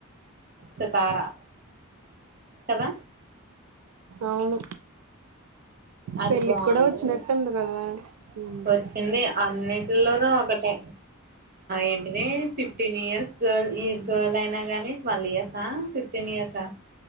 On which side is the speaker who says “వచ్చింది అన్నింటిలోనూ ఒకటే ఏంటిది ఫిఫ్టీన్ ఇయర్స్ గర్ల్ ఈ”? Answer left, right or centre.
Right